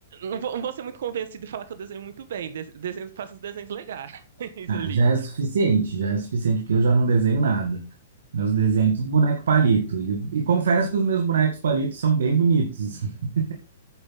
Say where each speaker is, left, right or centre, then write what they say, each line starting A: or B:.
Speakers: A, on the right; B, on the right.
A: não vou, não vou ser muito convencido e falar que eu desenho muito bem. Des- Desenho, faço uns desenhos legais <laughs>
B: Ah,
A: ali.
B: já é suficiente, já é suficiente, porque eu já não desenho nada. Meus desenhos, é tudo boneco palito. E, e confesso que os meus bonecos palitos são bem bonitos. <laughs>